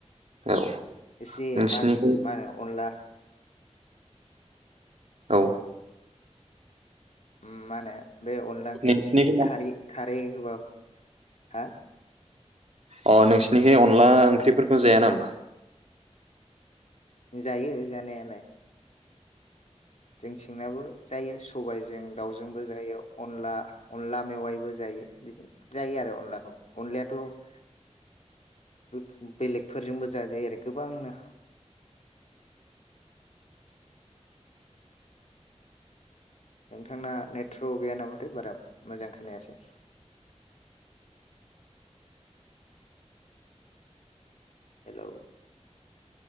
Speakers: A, on the right; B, on the left.
A: औ
B: एसे
A: नोंसिनिखौ
B: मा मा होनो अनला
A: औ
B: ओम मा होनो बे अनला ओंख्रियाव
A: नोंसिनिखै
B: एसे खारै खारै होबा हा
A: अ नोंसिनिखै अनला ओंख्रिफोरखौ जाया नामा?
B: जायो जानायालाय जोंथिंनाबो जायो सबाइजों दाउजोंबो जायो अनला अनला मेवाइबो जायो बिदिनो जायो आरो अनलाखौ अनलायाथ' बे-बेलेगफोरजोंबो जाजायो आरो गोबांनो नोंथांना नेट्र'क गैयानामाथाय बारा मोजां खोनायासै हेलौ